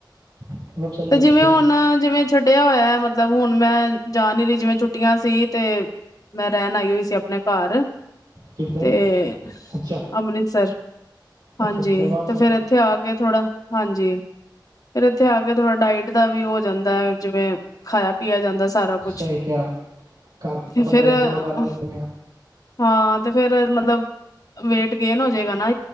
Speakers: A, on the right (about 85°); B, on the left (about 50°).
A: ਸਭ ਸਹੀ
B: ਤੇ
A: ਰੱਖੇਗਾ
B: ਜਿਵੇਂ ਹੁਣ, ਜਿਵੇਂ ਛੱਡਿਆ ਹੋਇਆ ਮਤਲਬ ਹੁਣ ਮੈਂ ਜਾ ਨੀ ਰਹੀ ਜਿਵੇਂ ਛੁੱਟੀਆਂ ਸੀ ਤੇ ਮੈਂ ਰਹਿਣ ਆਈ ਹੋਈ ਸੀ ਆਪਣੇ ਘਰ।
A: ਕਿੱਧਰ
B: ਤੇ,
A: ਅੱਛਾ
B: ਅੰਮ੍ਰਿਤਸਰ ਹਾਂਜੀ
A: ਅੱਛਾ ਦਰਬਾਰ
B: ਤੇ
A: ਸਾਹਿਬ
B: ਫਿਰ ਇੱਥੇ ਆ ਕੇ ਥੋੜਾ, ਹਾਂਜੀ, ਫਿਰ ਇੱਥੇ ਆ ਕੇ ਥੋੜਾ ਡਾਇਟ ਦਾ ਵੀ ਹੋ ਜਾਂਦਾ ਜਿਵੇਂ ਖਾਇਆ ਪੀਆ ਜਾਂਦਾ। ਸਾਰਾ ਕੁਛ
A: ਸਹੀ ਕਿਹਾ
B: <inaudible>
A: ਕਰਤੇ ਆਪਾਂ
B: ਫਿਰ
A: ਡਾਈਟ ਫੋਲੋ ਕਰ
B: <unintelligible>
A: ਲੈਂਦੇ ਆ
B: ਹਾਂ ਤੇ ਫਿਰ ਮਤਲਬ ਵੇਟ ਗੇਨ ਹੋ ਜਾਏਗਾ <unintelligible> ਨਾ